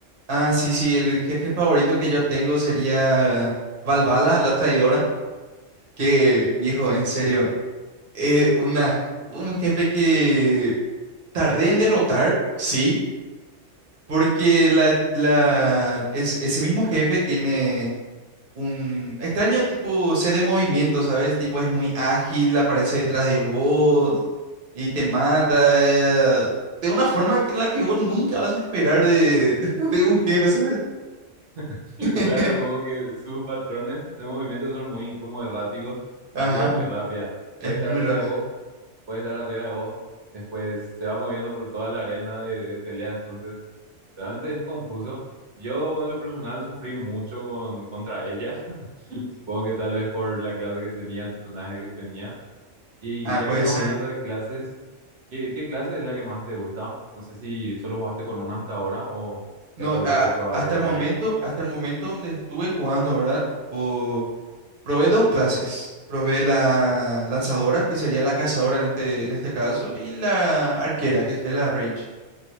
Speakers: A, on the right; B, on the right.
A: ah, sí, sí, el jefe favorito que yo tengo sería Valvala, la traidora, que viejo, en serio, eh, una, un jefe que Tardé en derrotar, sí, porque la, la, es- ese mismo jefe tiene un extraño tipo C de movimiento, ¿sabes? Tipo es muy ágil, aparece detrás de vos y te mata eh, de una forma en la que vos nunca vas a esperar de, <laughs> de un jefe, ¿sabes?
B: <laughs>
A: <laughs>
B: Claro, como que sus patrones de movimiento son muy como erráticos,
A: Ajá,
B: porque es muy rápida.
A: es
B: Puede
A: muy
B: estar detrás
A: rápida.
B: de vos, puede estar arriba de vos, después se va moviendo por toda la arena de, de pelea, entonces... Realmente es confuso. Yo en lo personal sufrí mucho con, contra ella, <laughs> supongo que tal vez por la clase que tenía, el personaje que tenía. Y
A: Ah,
B: ya
A: puede
B: que estamos
A: ser.
B: hablando de clases, ¿qué, qué clase es la que más te gusta? No sé si solo jugaste con una hasta ahora o
A: No,
B: ya pudiste
A: a-
B: probar
A: hasta el
B: varias.
A: momento, hasta el momento donde estuve jugando, ¿verdad? Tipo, Probé dos clases. Probé la lanzadora, que sería la cazadora en este, en este caso, y la arquera, que sería la range.